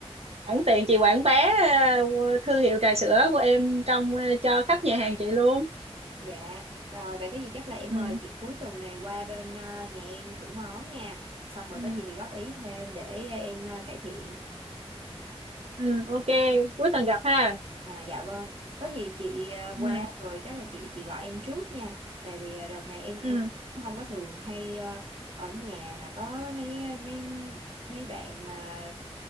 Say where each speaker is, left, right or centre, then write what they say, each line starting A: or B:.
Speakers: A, on the right; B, on the right.
A: sẵn tiện chị quảng bá ờ, thương hiệu trà sữa của em trong ờ, cho khách nhà hàng chị luôn
B: Dạ, rồi vậy có gì chắc là em
A: ừ.
B: mời chị cuối tuần này qua bên ờ, nhà em thử món nha. Xong rồi
A: Ừ.
B: có gì thì góp ý thêm để ờ, em ờ, cải thiện.
A: ừ ok cuối
B: Dạ,
A: tuần gặp ha
B: à, dạ vâng. Có gì chị ờ,
A: ừ
B: qua rồi chắc là chị chị gọi em trước nha. Tại vì ờ, đợt này em em
A: ừ
B: không có thường hay ờ, ở nhà mà có mấy ờ, mấy mấy bạn mà